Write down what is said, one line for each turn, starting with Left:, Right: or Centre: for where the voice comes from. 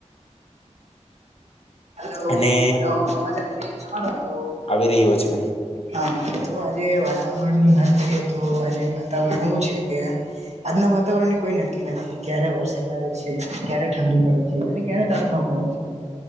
Right: હલો
Left: અને
Right: હલો અવાજ આવી રહ્યો છે મારો હાલો.
Left: આવી રહ્યો છે.
Right: હા તો આજે વાતાવરણની વાત કરીએ તો આજે વાતાવરણ એવું છે કે આજના વાતાવરણની કોઈ નક્કી નથી ક્યારે વરસાદ આવે છે ક્યારે ઠંડી પડે છે. કને તડખાવ પડે છે.